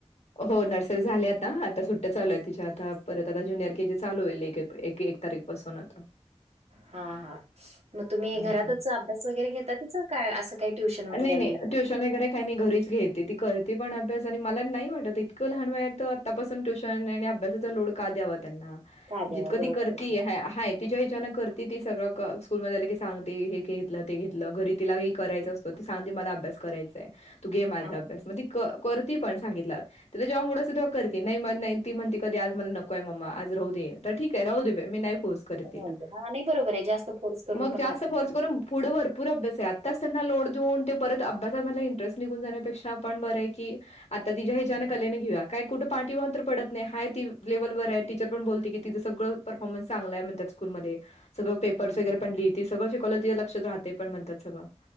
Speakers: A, on the left; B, on the right.
A: हो नर्सरी झाली आता आता सुट्ट्या चालू आहेत तिच्या आता परत आता ज्युनियर के जी चालू होईल एक एप्रिल एक तारीख- पसून आता-
B: हा हा मग तुम्ही
A: हं,
B: घरातच
A: हं.
B: अभ्यास वगैरे घेतात- तिच काय असं काही ट्युशन वगैरे
A: नाही नाही
B: आणि <unintelligible>
A: ट्युशन वगैरे काही नाही घरीच घेते ती करते पण अभ्यास आणि मला नाही वाटत इतकं लहान वयात- आता पासून ट्युशन आणि अभ्यासाचा लोड का द्यावा त्यांना
B: लावता? द्यावं
A: जितकं
B: बरोबर
A: ती करतीये
B: आहे.
A: हाय तिच्या हिच्यान करती ती सगळं स्कूल मध्ये आला की सांगते हे घेतलं ते घेतलं घरी तिला- करायचा असतो ती सांगते मला अभ्यास करायचाय तू घे माझा
B: हां.
A: अभ्यास मग ती क करती पण सांगितल्या वर तिला जेव्हा मूड असेल तेव्हा करती नाही ती म्हणते कधी आज मला न नकोय मम्मा आज राहूदे तर ठीक आहे राहू दे बाई मी नाही फोर्स करत
B: राहू
A: तिला-
B: दे. हा नाही बरोबर आहे जास्त फोर्स करून
A: मग
B: पण
A: जास्त
B: आपण
A: फोर्स करून पुढं भरपूर अभ्यास यात- तस ना लोड देऊन ते परत अभ्यासामधला इंटरेस्ट निघून जाण्यापेक्षा आपण बरं आहे की आता तिच्या ह्याच्यान
B: हं,
A: कलेन घेऊया- काय कुठं पाठीवान तर पडत नाही ती लेवलवर आहे टीचर पण बोलते की तिचं सगळं परफॉर्मन्स चांगल आहे म्हणत्यातच- स्कूल मध्ये सगळं पेपर्स
B: हं,
A: वगैरे
B: हं.
A: पण लिहिती सगळं शिकवलेलं तिच्या लकशात राहते पण म्हणतात सगळं-